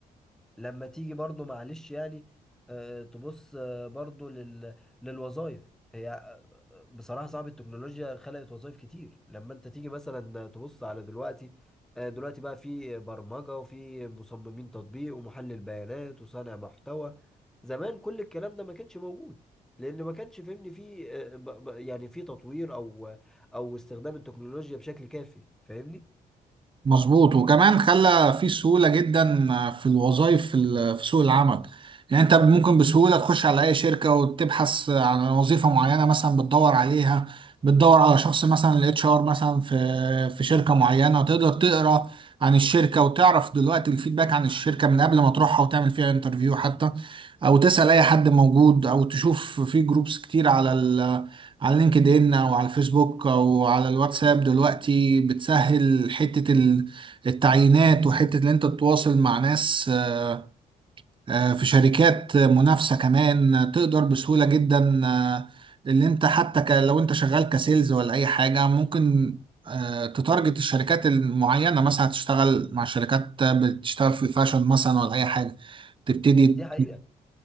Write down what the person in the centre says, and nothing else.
لما تيجي برضو معلش يعني آه، تبص آه، برضو لل... للوظائف هي آه، آه، بصراحة صعب التكنولوجيا خلقت وظائف كتير لما انت تيجي مثلا تبص على دلوقتي آه، دلوقتي بقى في برمجة وفي مصممين تطبيق ومحلل بيانات وصانع محتوى زمان كل الكلام ده ما كانش موجود لان ما كانش فهمني في آه، ب- ب- يعني في تطوير او او استخدام التكنولوجيا بشكل كافي فاهمني
دي حقيقة